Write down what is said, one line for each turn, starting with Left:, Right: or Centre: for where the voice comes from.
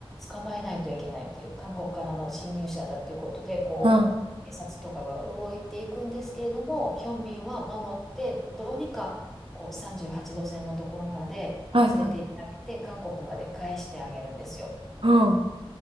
Centre: 捕まえないといけないっていう、韓国からの侵入者だっていうことで、こう、
Right: うん。うん
Centre: 警察とかが動いていくんですけれども、ヒョンビンは守って、どうにかこう38度線のところまでこう連れて行ってあげて、
Right: はいはい。
Centre: 韓国まで返してあげるんですよ。
Right: うん。